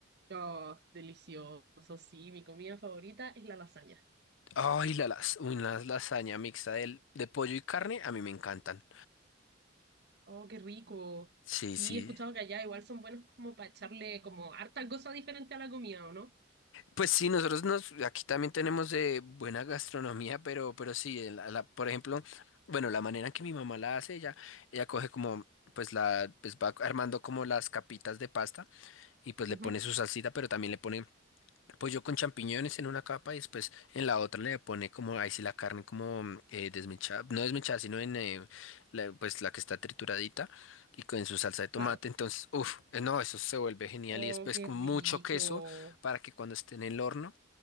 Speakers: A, on the right (about 55°); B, on the left (about 75°).
A: Oh, delicioso. Sí, mi comida favorita es la lasaña.
B: Ay, la las, uy, la lasaña mixta del- de pollo y carne, a mí me encantan.
A: Oh, qué rico.
B: Sí,
A: Sí,
B: sí.
A: he escuchado que allá igual son buenos como para echarle como harta cosa diferente a la comida, ¿o no?
B: Pues sí, nosotros nos, aquí también tenemos eh, buena gastronomía, pero, pero sí, el- la- la- por ejemplo, bueno, la manera en que mi mamá la hace, ella, ella coge como, pues la, pues va armando como las capitas de pasta y pues le
A: Ujú,
B: pone su salsita, pero también le pone pollo con champiñones en una capa y después en la otra le pone como, ahí sí la carne como mm, eh, desmechada, no desmechada, sino en eh, la, pues la que está trituradita y con su salsa de tomate.
A: Claro.
B: Entonces, uff, no, eso se vuelve genial
A: Oh,
B: y después
A: qué
B: con
A: rico.
B: mucho queso para que cuando esté en el horno